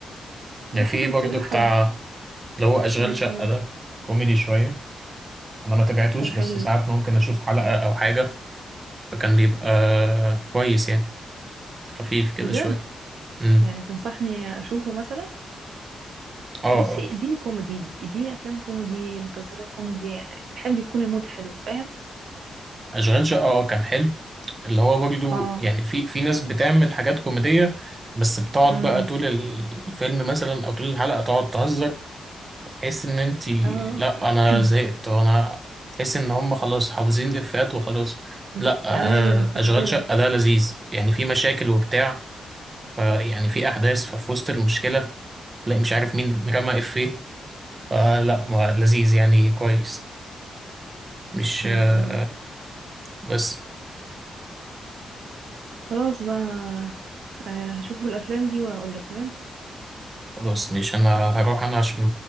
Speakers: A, on the right; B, on the right.
A: يعني
B: بحب
A: في برضو
B: بصراحه
A: بتاع اللي هو أشغال
B: مم.
A: شقة ده كوميدي شوية أنا ما تابعتوش
B: طب حلو
A: بس ساعات ممكن أشوف حلقة أو حاجة فكان بيبقى كويس يعني خفيف كده
B: بجد
A: شوية امم
B: يعني تنصحني اشوفه مثلا
A: اه
B: بصي
A: اه
B: اديني كوميدي اديني افلام كوميدي مسلسلات كوميدي بحب يكون المود حلو فاهم
A: أشغال شقة اه كان حلو اللي هو برضو
B: اه
A: يعني في في ناس بتعمل حاجات كوميدية بس بتقعد
B: امم
A: بقى طول الفيلم مثلا او طول الحلقة تقعد تهزر تحس ان انت
B: اه
A: لا انا
B: <coughs>
A: زهقت وانا تحس ان هم خلاص حافظين افيهات وخلاص
B: <clears throat>
A: لا آه،
B: ايوه عشان
A: اشغال
B: كده
A: شقة ده لذيذ يعني في مشاكل وبتاع فيعني في احداث ففي وسط المشكلة تلاقي مش عارف مين رمى افيه فلا ما لذيذ يعني كويس مش
B: ايوه
A: آه،
B: ايوه
A: بس
B: خلاص بقى آه، هشوف الافلام دي واقول لك تمام
A: خلاص مش انا هروح انا عشان